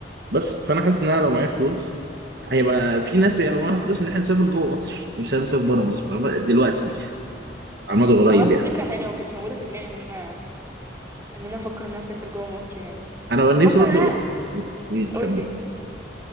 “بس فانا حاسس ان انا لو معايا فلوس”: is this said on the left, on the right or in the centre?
Right